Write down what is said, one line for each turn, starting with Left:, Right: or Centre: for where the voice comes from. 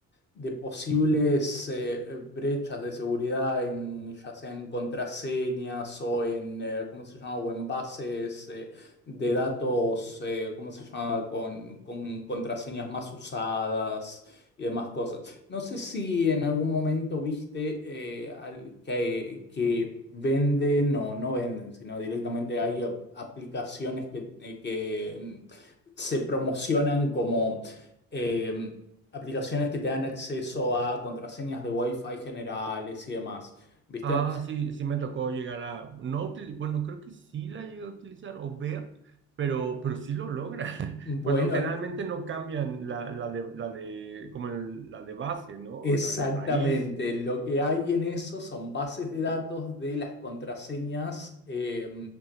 Left: de posibles eh, brechas de seguridad en ya sea en contraseñas o en eh, ¿cómo se llama? o en bases eh, de datos eh, ¿cómo se llama? con, con contraseñas más usadas y demás cosas. No sé si en algún momento viste eh, al- que, que venden o no venden, sino directamente hay ap- aplicaciones que, eh, que, mm, se promocionan como eh, aplicaciones que te dan acceso a contraseñas de Wi-Fi generales y demás. ¿Viste?
Right: Ah, sí, sí me tocó llegar a, no utili- bueno, creo que sí la llegué a utilizar o ver, pero, pero sí lo logra. <laughs>
Left: Bueno,
Right: Cuando generalmente no cambian la, la de, la de, como el- la de base, ¿no?
Left: Exactamente,
Right: La de raíz.
Left: lo que hay en eso son bases de datos de las contraseñas eh,